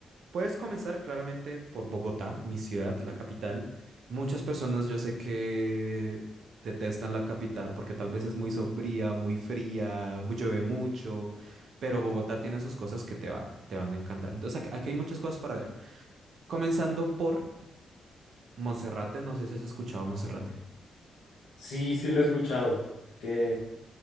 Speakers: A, on the right; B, on the left.
A: puedes comenzar claramente por Bogotá, mi ciudad, la capital. Muchas personas yo sé que detestan la capital porque tal vez es muy sombría, muy fría, mu- llueve mucho, pero Bogotá tiene sus cosas que te van, te van a encantar. Entonces aquí, aquí hay muchas cosas para ver. Comenzando por Monserrate, no sé si has escuchado Monserrate.
B: Sí, sí lo he escuchado. ¿Qué,